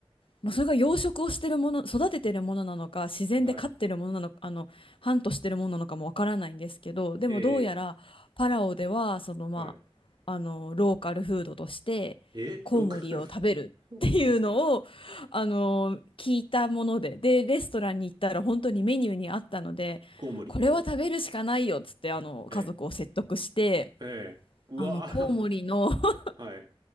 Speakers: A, on the left; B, on the right.
A: まあ、それが養殖をしてるもの、育ててるものなのか、自然で飼ってるものなのか、
B: はい。
A: あの、ハントしてるものなのかもわからないんですけど、でもどうやらパラオでは、
B: え
A: そのま
B: えはい。
A: あ、あの、ローカルフードとして、
B: え、
A: コウモリを食べるっていうのを、
B: ローカル、<laughs> 本当ですか
A: あの、聞いたもので、で、レストランに行ったら本当にメニューにあったので、
B: コウモリって。
A: これは食べるしかないよっつって、あの、
B: え
A: 家族を説得して、
B: えええうわー
A: あの、コウモリの、<laughs>
B: <laughs> はい、